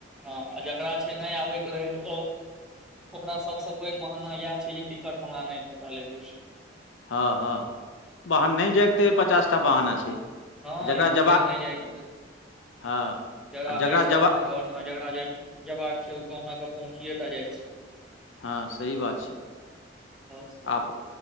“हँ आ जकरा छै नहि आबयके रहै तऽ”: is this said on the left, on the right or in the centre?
Centre